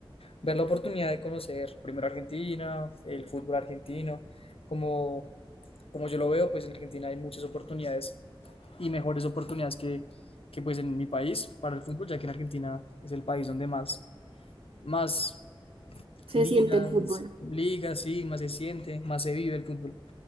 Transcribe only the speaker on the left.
ver la oportunidad de conocer primero Argentina, el fútbol argentino. Como, como yo lo veo pues en Argentina hay muchas oportunidades y mejores oportunidades que, que pues en mi país para el fútbol, ya que en Argentina es el país donde más, más
ligas,
ligas, sí, más se siente, más se vive el fútbol.